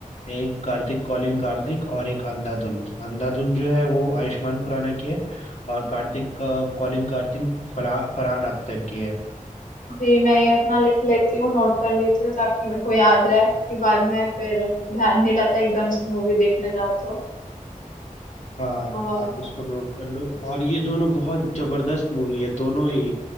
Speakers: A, on the left; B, on the left.
A: एक कार्तिक कॉलिंग कार्तिक और एक अंधाधुन अंधाधुन जो है वो आयुष्मान खुराना की है और कार्तिक कॉलिंग कार्तिक फला फरहान अख्तर की है
B: अभी मैं ये अपना लिख लेती हूँ नोट कर लेती हूँ ताकि मेरे को याद रहे कि बाद में फिर ध्यान नहीं रहता एकदम से मूवी देखने जाओ तो
A: हाँ
B: और
A: आप इसको नोट कर लो और ये दोनों बहुत जबरदस्त मूवी है दोनों ही